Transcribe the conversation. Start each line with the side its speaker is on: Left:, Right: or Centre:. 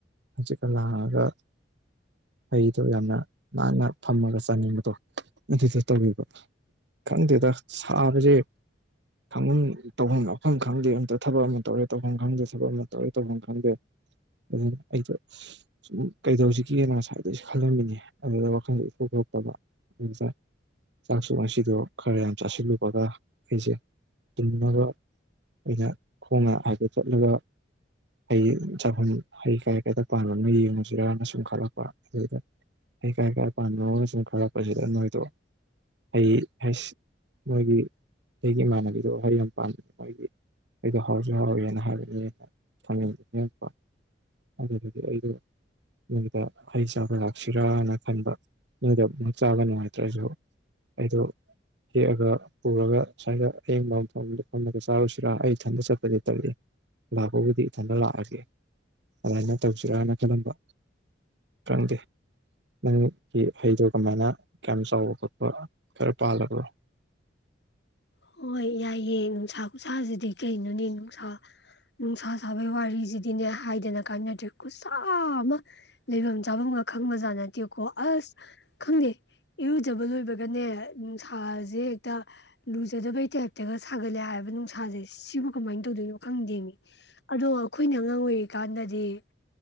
Right: ꯍꯪꯆꯤꯠꯀ ꯂꯥꯡꯉꯒ ꯍꯩꯗꯣ ꯌꯥꯝꯅ ꯅꯥꯟꯅ ꯐꯝꯃꯒ ꯆꯥꯅꯤꯡꯕꯗꯣ ꯑꯗꯨꯗꯣ ꯇꯧꯅꯤꯡꯕ ꯈꯪꯗꯦꯗ ꯁꯥꯕꯁꯦ ꯈꯪꯐꯝ ꯇꯧꯐꯝ ꯃꯐꯝ ꯈꯪꯗꯦ ꯑꯝꯇ ꯊꯕꯛ ꯑꯃ ꯇꯧꯔꯦ ꯇꯧꯐꯝ ꯈꯪꯗꯦ ꯊꯕꯛ ꯑꯃ ꯇꯧꯔꯦ ꯇꯧꯐꯝ ꯈꯪꯗꯦ ꯑꯗꯨꯅ ꯑꯩꯗꯣ ꯁꯨꯝ ꯀꯩꯗꯧꯁꯤꯒꯦꯅ ꯉꯁꯥꯏꯗꯩꯩ ꯈꯜꯂꯝꯃꯤꯅꯤ ꯑꯗꯨꯗ ꯋꯥꯈꯜꯗ ꯏꯊꯣꯛ ꯊꯣꯔꯛꯇꯕ ꯑꯗꯨꯇꯥ ꯆꯥꯛꯁꯨ ꯉꯁꯤꯗꯣ ꯈꯔ ꯌꯥꯝ ꯆꯥꯁꯤꯜꯂꯨꯕꯒ ꯑꯩꯁꯦ ꯇꯨꯝꯅꯕ ꯑ ꯑꯣꯏꯅ ꯈꯣꯡꯅ ꯍꯥꯏꯐꯠ ꯆꯠꯂꯒ ꯍꯩ ꯆꯥꯐꯝ ꯍꯩ ꯀꯥꯏ ꯀꯩꯗ ꯄꯥꯟꯕꯅꯣ ꯌꯦꯡꯉꯨꯁꯤꯔꯅ ꯁꯨꯝ ꯈꯠꯂꯛꯄ ꯑꯗꯨꯗ ꯍꯩ ꯀꯥꯏ ꯀꯥꯏ ꯄꯥꯟꯕꯅꯣ ꯁꯨꯝ ꯈꯜꯂꯛꯄꯁꯤꯗ ꯅꯣꯏꯗꯣ ꯍꯩ ꯍꯁ ꯅꯣꯏꯒꯤ ꯑꯩꯒꯤ ꯏꯃꯥꯟꯅꯕꯤꯗꯣ ꯍꯩ ꯌꯥꯝ ꯄꯥꯟꯕꯒꯤ ꯑꯩꯗꯣ ꯍꯥꯎꯁꯨ ꯍꯥꯎꯋꯦꯅ ꯍꯥꯏꯕꯅꯤ ꯈꯪꯅꯤꯡ ꯅꯤꯉꯛꯄ ꯑꯗꯨꯒꯤ ꯑꯩꯗꯨ ꯅꯣꯏꯗ ꯍꯩ ꯆꯥꯕ ꯂꯥꯛꯁꯤꯔꯥꯅ ꯈꯟꯕ ꯅꯣꯏꯗ ꯑꯃꯨꯛ ꯆꯥꯕ ꯅꯨꯡꯉꯥꯏꯇ꯭ꯔꯁꯨ ꯑꯩꯗꯣ ꯍꯦꯛꯑꯒ ꯄꯨꯔꯒ ꯁ꯭ꯋꯥꯏꯗ ꯑꯌꯤꯡꯕ ꯑꯃꯐꯝꯗ ꯐꯝꯂꯒ ꯆꯥꯔꯨꯁꯤꯔꯥ ꯑꯩ ꯏꯊꯟꯗ ꯆꯠꯄꯗꯤ ꯇꯜꯂꯤ ꯂꯥꯛꯄꯕꯨꯗꯤ ꯏꯊꯟꯗ ꯂꯥꯛꯑꯥꯒꯦ ꯑꯗꯨꯃꯥꯏꯅ ꯇꯧꯁꯤꯔꯅ ꯈꯜꯂꯝꯕ ꯈꯪꯗꯦ ꯅꯪꯒꯤ ꯍꯩꯗꯣ ꯀꯃꯥꯏꯅ ꯀꯌꯥꯝ ꯆꯥꯎꯕ ꯈꯣꯠꯄ ꯈꯔ ꯄꯥꯜꯂꯕꯔꯣ
Left: ꯍꯣꯏ ꯌꯥꯏꯌꯦ ꯅꯨꯡꯁꯥ ꯈꯨꯁꯥꯁꯤꯗꯤ ꯀꯩꯅꯣꯅꯦ ꯅꯨꯡꯁꯥ ꯅꯨꯡꯁꯥ ꯁꯥꯕꯩ ꯋꯥꯔꯤꯁꯤꯗꯤꯅꯦ ꯍꯥꯏꯗꯅ ꯀꯥꯟꯅꯗ꯭ꯔꯦ ꯈꯨꯠꯁꯥ ꯑꯃ ꯂꯩꯐꯝ ꯆꯥꯐꯝꯒ ꯈꯪꯕꯖꯥꯠ ꯅꯠ ꯇꯦ ꯀꯣ ꯑꯁ ꯈꯪꯗꯦ ꯏꯔꯨꯖꯕ ꯂꯣꯏꯕꯒꯅꯦ ꯅꯨꯡꯁꯥꯁꯦ ꯍꯦꯛꯇ ꯂꯨꯖꯥ ꯂꯨꯖꯗꯕꯩ ꯇꯥꯏꯞꯇꯒ ꯁꯥꯒꯠꯂꯦ ꯍꯥꯏꯕ ꯅꯨꯡꯁꯥꯁꯦ ꯁꯤꯕꯨ ꯀꯃꯥꯏ ꯇꯧꯗꯣꯏꯅꯣ ꯈꯪꯗꯦ ꯃꯤ ꯑꯗꯣ ꯑꯩꯈꯣꯏꯅ ꯑꯉꯥꯡ ꯑꯣꯏꯔꯤꯀꯥꯟꯗꯗꯤ